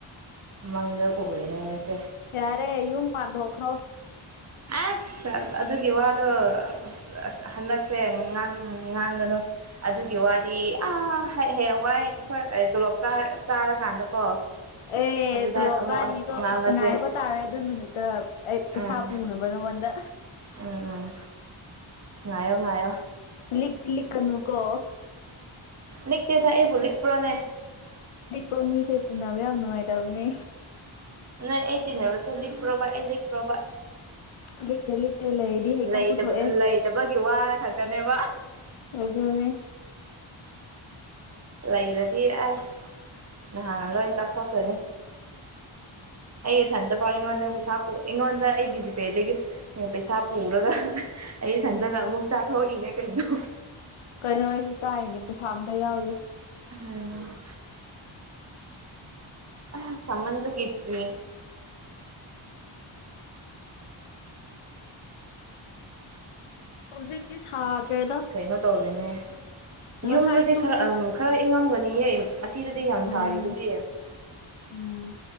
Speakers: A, on the right; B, on the left.
A: ꯃꯪꯗ ꯎꯔꯤꯅꯦ ꯑꯩꯁꯦ
B: ꯌꯥꯔꯦ ꯌꯨꯝ ꯄꯥꯟꯗ ꯍꯈ꯭ꯔꯣ
A: ꯑꯁ ꯑꯗꯨꯒꯤ ꯋꯥꯗꯣ ꯑ ꯑꯁ ꯍꯟꯗꯛꯁꯦꯥꯡ ꯉꯥꯡꯒꯗ ꯍꯂꯣ ꯑꯗꯨꯒꯤ ꯋꯥꯗꯤ ꯑ ꯍ ꯋꯥꯏ ꯑꯩꯈꯣꯏ ꯇꯣꯂꯣꯞ ꯆꯥꯔꯀꯥꯟꯗꯀꯣ
B: ꯑꯦ
A: ꯑꯗꯨꯗ
B: ꯑꯗꯨꯂꯖꯥꯅꯤꯀꯣ
A: ꯑꯃꯨꯛ ꯉꯥꯡꯅꯁꯦ
B: ꯁꯨꯡꯉꯥꯏꯕ ꯇꯥꯔꯦ ꯑꯗꯨ ꯅꯨꯃꯤꯠꯇ ꯑꯩ ꯄꯩꯁꯥ
A: ꯎꯝ
B: ꯄꯨꯅꯕ ꯅꯉꯣꯟꯗ
A: ꯎꯝ ꯎꯝ ꯅꯥꯌꯣ ꯅꯥꯌꯣ
B: ꯂꯤꯛ ꯇꯗꯤ ꯂꯤꯛ ꯀꯅꯨ ꯀꯣ
A: ꯅꯛꯇꯗ ꯑꯦꯕꯣꯛ ꯄꯨꯔꯥꯅꯦ
B: ꯂꯩꯄꯣ ꯃꯤꯁꯦꯇꯅꯥꯕ ꯌꯥꯝ ꯅꯨꯡꯉꯥꯏ ꯇꯕꯅꯦ
A: ꯅ ꯑꯩ ꯇꯅꯦ ꯍꯥꯏꯕꯁꯦ꯭ꯔꯕꯥ ꯑꯦ ꯂꯤ ꯄ꯭ꯔꯕꯥ
B: ꯂꯤꯛꯇ ꯂꯤꯛꯇ ꯂꯩꯔꯗꯤ ꯍꯦꯛꯇ
A: ꯂꯩꯇꯕ
B: ꯄꯨꯊꯣꯛꯑꯦ
A: ꯂꯩꯇꯕꯒꯤ ꯋꯥꯔ ꯈꯛꯇꯅꯦꯕ
B: ꯑꯗꯨ ꯑꯗꯨꯅꯦ
A: ꯂꯩꯔꯗꯤ ꯑꯁ ꯅꯍꯥꯟꯅ ꯂꯣꯏ ꯆꯥꯊꯣꯛꯀꯅꯤ ꯑꯩ ꯏꯊꯟꯇ ꯄꯥꯎ ꯑꯩꯉꯣꯟꯗ ꯄꯩꯁꯥ ꯑꯩꯉꯣꯟꯗ ꯑꯩꯒꯤ ꯖꯤꯄꯦꯗꯒꯤ ꯄꯩꯁꯥ ꯄꯨꯔꯒ ꯑꯩ ꯏꯊꯟꯗꯒ ꯑꯃꯨꯛ ꯆꯥꯊꯣꯛꯏꯅꯦ ꯀꯩꯅꯣ
B: ꯀꯔꯤꯅꯣ ꯑꯩꯁꯨ ꯆꯥꯏꯔꯤꯅꯦ ꯄꯩꯁꯥ ꯑꯝꯇ ꯌꯥꯎꯗꯦ
A: ꯎꯝ ꯑ ꯁꯃꯗ ꯀꯦꯇ꯭ꯔꯤ
B: ꯍꯧꯖꯤꯛꯇꯤ ꯁꯥꯗ꯭ꯔꯦꯗ
A: ꯀꯩꯅꯣ ꯇꯧꯔꯤꯅꯦ
B: ꯉꯁꯥꯏ
A: ꯌꯨꯝꯗꯗꯤ
B: ꯇꯨꯝ
A: ꯈꯔ ꯈꯔ ꯏꯪꯉꯝꯒꯅꯤ ꯑꯁꯤꯗꯗꯤ ꯌꯥꯝ
B: ꯎꯝ
A: ꯁꯥꯔꯤ ꯑꯗꯨꯗꯤ
B: ꯎꯝ